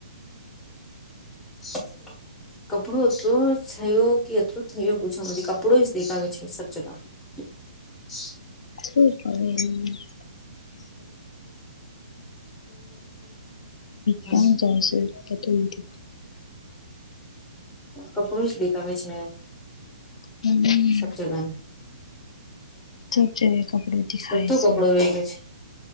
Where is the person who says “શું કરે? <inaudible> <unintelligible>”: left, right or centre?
Left